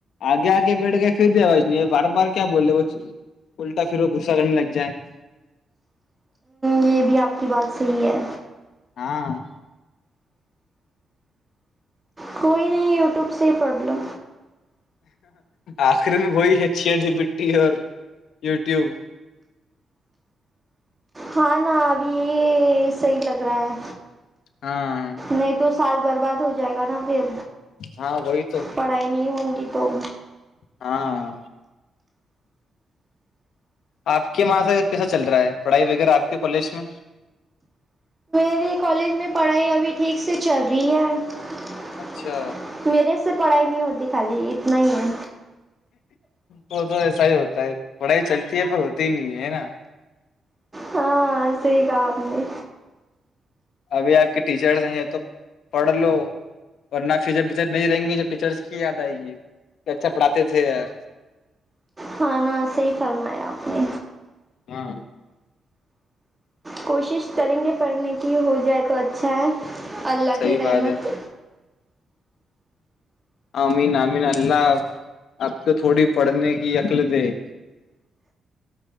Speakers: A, on the left; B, on the right.
A: آگے آگ بیٹھ گئے پھر بھی آواز نہیں ہے بار بار کیا بولے وہ الٹا پھر وہ گغصہ کرنے لگ جائے
B: یہ بھی آپ کی بات صحیح ہے
A: ہاں
B: کوئی نہیں یوٹیوب سے پڑھ لو
A: آخری میں وہی اچھی اچھی مٹی اور یوٹیوب
B: ہاں ن ابھی یہ صحی لگ رہا ہے
A: ہاں
B: نہیں تو سال برباد ہو جائے گا نا پھر
A: ہاں وہی تو
B: پڑھائی نہیں ہوں گی تو
A: ہاں آپ کے وہاں سے کیسا چل رہا ہے پڑھائی وغیرہ آپ کے کالج میں
B: میرے کالج میں پڑھائی ابھی ٹھیک سے چل رہی ہے
A: اچھا
B: میرے سے پڑھائی نہیں ہوتی خالی اتنا ہی ہے
A: وہ تو ایسا ہی ہوتا ہے پڑھائی چلتی ہے پر ہوتی ہی نہیں ہے نا
B: ہاں صحی کہپ نے
A: ابھی آپ کے ٹیچرس ہیں تو پڑھ لو ورنہ فیچر فیچر نہیں رہیں گے جو ٹیچرس کی یاد آئے گی کہ اچھا پڑھاتے تھے یار
B: ہ ن صحی فرمایا آپ نے
A: ہاں
B: کوشش کریں گے پڑھنے کی ہو جائے تو اچھا ہے اللہ
A: صحیح
B: کی رحمت
A: بات ہے آمین آمین اللہ آپ کو تھوڑی پڑھنے کی عقل د ہے